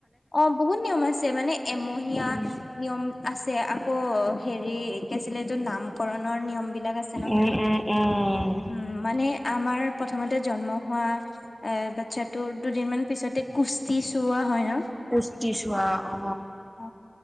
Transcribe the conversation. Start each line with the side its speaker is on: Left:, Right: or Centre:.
Left: অ বহুত নিয়ম আছে মানে, এমহীয়া
Centre: উম।
Left: নিয়ম আছে আকৌ হেৰি কি আছিলে এইযোৰ নাম কৰণৰ নিয়ম বিলাক আছে নহয়,
Centre: উম, উম, উম,
Left: উম মানে আমাৰ প্ৰথমতে জন্ম হোৱা এ বাচ্ছাটো দুদিন মান পিছতে কুস্তি তোৱা হয় ন।
Centre: কুস্তি চোৱা অ।
Left: অ